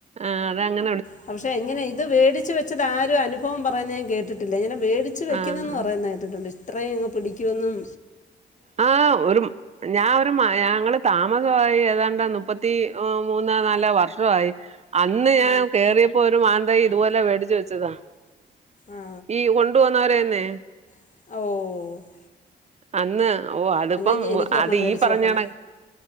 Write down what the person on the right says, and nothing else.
ആഹ് അത അങ്ങനെ
ആഹ്
ആഹ്‌ ഒരു ഞാൻ ഒരു മയ ങ്ങള് താമസവായി ഏതാണ്ട് മുപ്പത്തി അ, ഹ് മൂന്നാ നാല വർഷവായി അന്ന് ഞാൻ
കയറിയപ്പോ ഒരു മാ തൈ ഇതുപോലെ വേടിച്ചു വെച്ചതാ
ഈ കൊണ്ട് വന്നവരെന്നേ
അന്ന് ഓ അതിപ്പം
അത്
ഈ പറഞ്ഞണ